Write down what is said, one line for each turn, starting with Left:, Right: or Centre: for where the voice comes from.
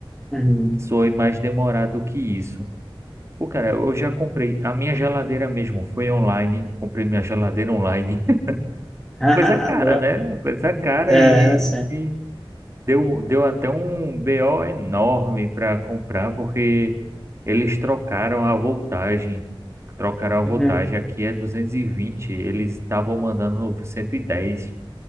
Centre: Uhum.
Right: soe mais demorado que isso. Pô, cara, eu já comprei a minha geladeira mesmo, foi online, comprei minha geladeira online, <laughs>
Centre: <laughs> Haha,
Right: coisa cara,
Centre: boa.
Right: né, coisa cara
Centre: É,
Right: e,
Centre: sim.
Right: e Deu, deu até um BO enorme para comprar, porque eles trocaram a voltagem. Trocaram a voltagem.
Centre: Uhum.
Right: Aqui é duzentos e vinte eles estavam mandando cento e dez